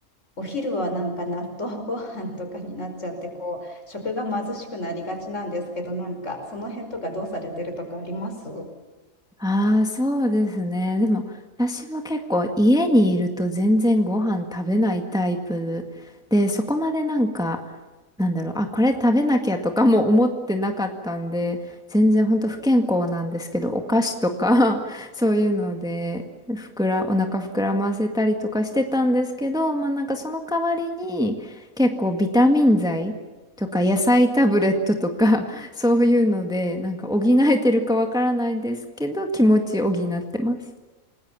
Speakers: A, on the left; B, in the centre.
A: お昼はなんか納豆ご飯とかになっちゃって、こう、食が貧しくなりがちなんですけど、なんかその辺とかどうされてるとかあります
B: ああ、そうですね。でも、私も結構家にいると全然ご飯食べないタイプで、そこまでなんか、なんだろう、あ、これ食べなきゃとかも思ってなかったんで、全然ほんと不健康なんですけど、お菓子とか <laughs> そういうので、ふくら、お腹膨らませたりとかしてたんですけど、まあなんかその代わりに結構ビタミン剤とか野菜タブレットとかそういうので、なんか補えてるかわからないですけど、気持ち補ってます。